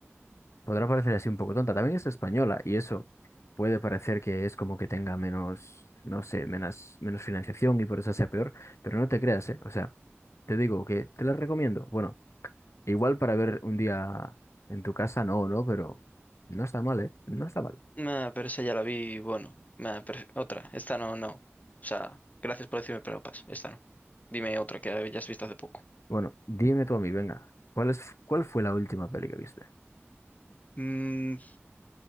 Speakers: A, on the left; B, on the left.
A: podrá parecer así un poco tonta. También es española y eso puede parecer que es como que tenga menos, no sé, menos, menos financiación y por eso sea peor, pero no te creas, ¿eh? O sea, te digo que te la recomiendo. Bueno, igual para ver un día en tu casa, no, no, pero no está mal, ¿eh? No está mal.
B: Nah, pero esa ya la vi, bueno. Nah, pero otra, esta no, no. O sea, gracias por decirme, pero paso, esta no. Dime otra que hayas visto hace poco.
A: Bueno, dime tú a mí, venga, ¿cuál es, cuál fue la última peli que viste?
B: Mm,